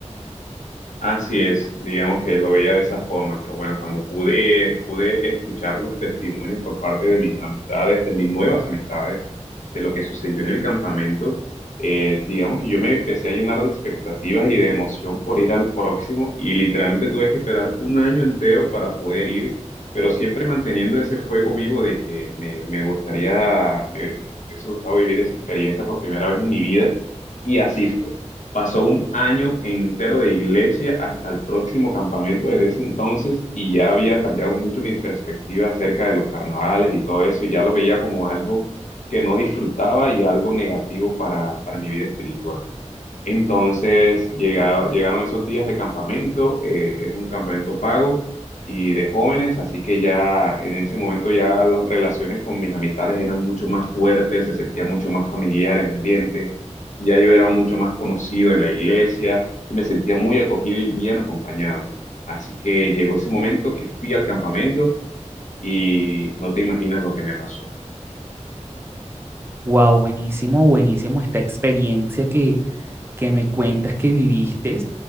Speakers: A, on the left (about 85°); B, on the right (about 20°).
A: Así es, digamos que lo veía de esa forma, pero bueno, cuando pude, pude escuchar los testimonios por parte de mis amistades, de mis nuevas amistades, de lo que sucedió en el campamento, eh, digamos que yo me empecé a llenar de expectativas y de emoción por ir al próximo y literalmente tuve que esperar un año entero para poder ir, pero siempre manteniendo ese fuego vivo de que me, me gustaría, me me hubiese gustado vivir esa experiencia por primera vez en mi vida y así fue. Pasó un año entero de iglesia hasta el próximo campamento desde ese entonces y ya había cambiado mucho mi perspectiva acerca de los carnavales y todo eso y ya lo veía como algo que no disfrutaba y algo negativo para, para mi vida espiritual. Entonces llegaba- llegaron esos días de campamento, eh, es un campamento pago y de jóvenes, así que ya en ese momento ya las relaciones con mis amistades eran mucho más fuertes, se sentía mucho más familiar el ambiente, ya yo era mucho más conocido en la iglesia y me sentía muy acogido y bien acompañado. Así que llegó ese momento que fui al campamento y no te imaginas lo que me pasó.
B: Wow, buenísimo, buenísimo esta experiencia que, que me cuentas que viviste,